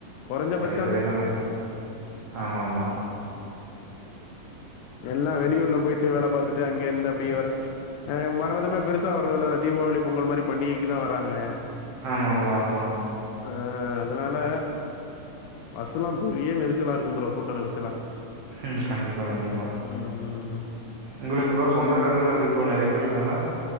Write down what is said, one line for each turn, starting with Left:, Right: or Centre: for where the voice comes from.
Left: குறஞ்ச பச்
Right: ப்ப எல்லாமே ஆமா ஆமா
Left: எல்லா வெளியூர்ல போயிட்டு வேல பாத்துட்டு அங்க இருந்து அப்டியே வர அ வறதுமே பெருசா வரதுல்ல அந்த தீபாவளி பொங்கல் மாரி பண்டிகைக்கு தா வராங்க
Right: ஆமா ப்ரோ ஆமா
Left: அ அதனால பஸ்செல்லா பெரிய நெரிசலா இருக்கும் ப்ரோ கூட்ட நெரிசலா
Right: ம் கண்டிப்பா கண்டிப்பா
Left: ம், ம்.
Right: உங்களுக்கு ப்ரோ சொந்தக்காரங்கலாம் எப்டி ப்ரோ நெறைய பேர் இருக்காங்களா என்ன